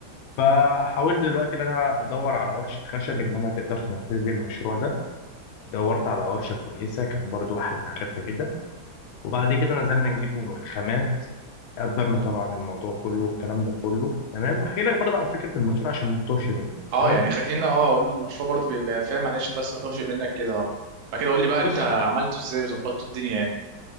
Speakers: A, on the left; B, on the right.
A: فحاولت دلوقتي ان انا ادور على ورشه خشب ان انا تقدر تنفذ لي المشروع ده دورت على ورشه كويسه كان برضو احد معرفه كده وبعد كده نزلنا نجيبه الخامات قدرنا طبعا الموضوع كله والكلام ده كله تمام احكي لك برضه على فكره المشروع عشان ما تتوهش مني
B: اه
A: تمام
B: يعني خلينا اه قول لي المشروع برضه بيبقى فاهم معلش بس ما توهش منك كده اه بعد كده قول لي بقى انت
A: بص
B: عملته ازاي وظبطته الدنيا يعني